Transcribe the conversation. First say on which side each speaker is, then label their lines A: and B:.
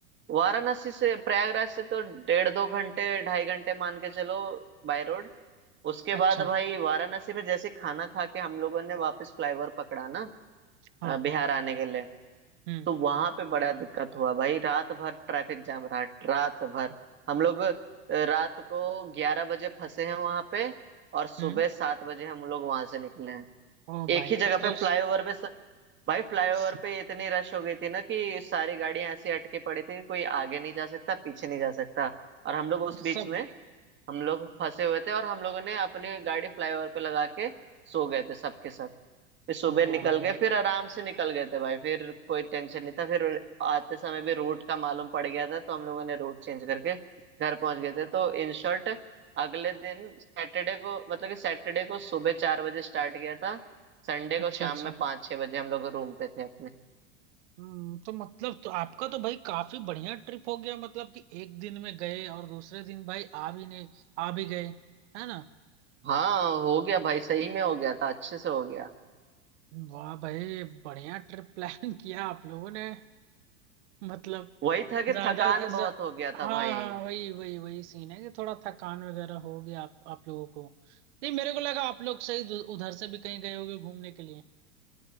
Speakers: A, on the right (about 30°); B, on the right (about 65°).
A: वाराणसी से प्रयागराज से तो डेढ़ दो घंटे ढाई घंटे मान के चलो बाय रोड उसके
B: अच्छा
A: बाद भाई वाराणसी में जैसे खाना खा के हम लोगों ने वापस फ्लाईओवर पकड़ा ना
B: हाँ
A: अ, बिहार
B: हाँ
A: आने के लिए
B: हम्म
A: तो वहां पे बड़ा दिक्कत हुआ भाई रात भर ट्रैफिक जाम रहा रात भर हम लोग अ, रात को ग्यारह बजे फंसे हैं वहां पे और सुबह
B: हम्म
A: सात बजे हम लोग वहां से निकले हैं
B: ओ
A: एक
B: भाई
A: ही जगह
B: तब तो
A: पे फ्लाईओवर
B: स-
A: पे स... भाई फ्लाईओवर
B: स-
A: पे इतनी रश हो गई थी ना कि सारी गाड़ियां ऐसी अटके पड़ी थी कि कोई आगे नहीं जा सकता पीछे नहीं जा सकता और हम लोग उस
B: सब
A: बीच में हम लोग फंसे हुए थे और हम लोगों ने अपनी गाड़ी फ्लाईओवर पे लगा के सो गए थे सबके सब फिर सुबह
B: वाह
A: निकल
B: भाई
A: गए फिर आराम से निकल गए थे भाई फिर कोई टेंशन नहीं था फिर आते समय भी रूट का मालूम पड़ गया था तो हम लोगों ने रूट चेंज करके घर पहुंच गए थे तो इन शॉर्ट अगले दिन सैटरडे को मतलब कि सैटरडे को सुबह चार बजे स्टार्ट किया था संडे
B: अच्छा
A: को शाम
B: अच्छा
A: में पाँच छह बजे हम लोग रूम पे थे अपने
B: हम्म तो मतलब तो आपका तो भाई काफी बढ़िया ट्रिप हो गया मतलब कि एक दिन में गए और दूसरे दिन भाई आ भी नहीं आ भी गए है ना
A: हाँ हो गया भाई सही में हो गया था अच्छे से हो गया
B: वाह भाई बढ़िया ट्रिप प्लान <laughs> किया आप लोगों ने मतलब
A: वही था कि
B: नहीं ज्यादा
A: थकान
B: पहले खुद
A: बहुत
B: ज-
A: हो गया
B: हाँ
A: था भाई
B: हाँ वही वही वही सीन है कि थोड़ा थकान वगैरह हो गया आप आप लोगों को नहीं मेरे को लगा आप लोग सही दु- उधर से भी कहीं गए होगे घूमने के लिए